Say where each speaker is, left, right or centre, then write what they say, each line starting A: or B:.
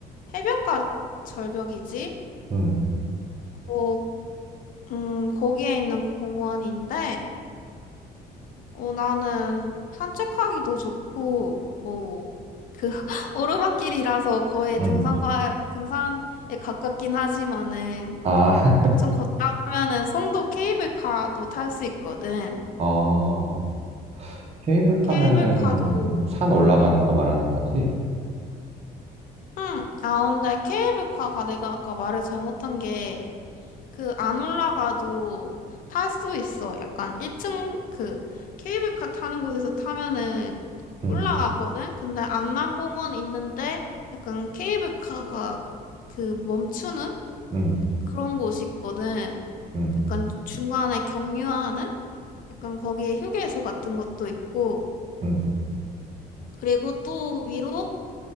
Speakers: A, on the left; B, on the right.
A: 해변가 절벽이지.
B: 음.
A: 거, 음, 거기에 있는 공원인데, 어, 나는 산책하기도 좋고, 뭐, 그 <laughs> 오르막길이라서 거의
B: 음.
A: 등산과 등산에 가깝긴 하지만은
B: 아, <laughs>
A: 좀 걷다 보면은 송도 케이블카도 탈 수 있거든. 그래?
B: 어. 케이블카면은
A: 케이블카도
B: 산 올라가는
A: 응,
B: 거 말하는 거지?
A: 응. 아, 근데 케이블카가 내가 아까 말을 잘못한 게 그 안 올라가도 탈 수 있어. 약간 1층 그 케이블카 타는 곳에서 타면은
B: 음.
A: 올라가거든. 근데 안남공원 있는데 약간 케이블카가 그 멈추는
B: 음.
A: 그런 곳이 있거든.
B: 음.
A: 약간 중간에 경유하는 약간 거기에 휴게소 같은 것도 있고
B: 음.
A: 그리고 또 위로